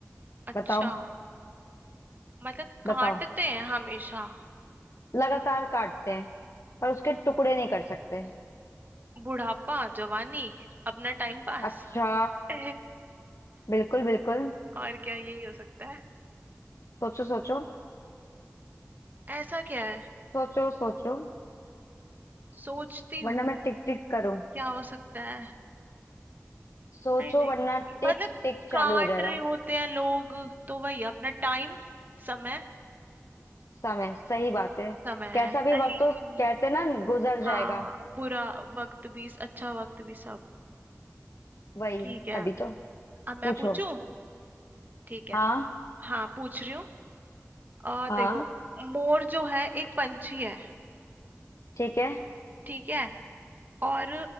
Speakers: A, on the right; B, on the left.
A: अच्छा
B: बताओ
A: मतलब काटते
B: बताओ
A: हैं हमेशा
B: लगातार काटते हैं पर उसके टुकड़े नहीं कर सकते
A: बुढ़ापा जवानी अपना टाइम पास
B: अच्छा
A: <laughs>
B: बिल्कुल बिल्कुल
A: और क्या यही हो सकता है
B: सोचो सोचो
A: ऐसा क्या है
B: सोचो सोचो
A: सोचती हूँ
B: वरना मैं टिक टिक करूं
A: क्या हो सकता है
B: सोचो
A: नहीं नहीं
B: वरना टिक
A: मतलब
B: टिक चालू
A: काट
B: हो जाएगा
A: रहे होते हैं लोग तो वही अपना टाइम समय
B: समय सही बात है
A: समय
B: कैसा भी
A: सही
B: वक्त हो कहते ना गुजर
A: हाँ
B: जाएगा
A: बुरा वक्त भी अच्छा वक्त भी सब
B: वही
A: ठीक है
B: तभी तो
A: अब
B: पूछो
A: मैं पूछूं ठीक है
B: हाँ
A: हाँ पूछ रही हूँ और
B: हाँ
A: देखो मोर जो है एक पंछी है
B: ठीक है
A: ठीक है और